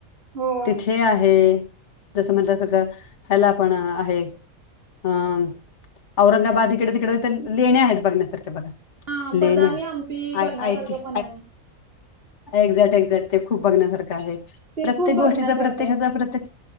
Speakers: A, on the right; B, on the left.
A: हो
B: तिथे आहे जसं म्हणलं सळं ह्याला पण आहे हम औरंगाबाद इकडे तिकडे लेणे आहेत बघण्यासारखे बघा
A: हा बदामी
B: लेण्या
A: हंपी बघण्यासारखं
B: आ आय ते
A: पण आहे.
B: एक्झॅक्ट एक्झॅक्ट ते खूप बघण्यासारखं आहे
A: ते
B: प्रत्येक
A: खूप बघण्यासारखं
B: गोष्टीचा प्रत्येकाचा
A: आहे.
B: प्रत्येक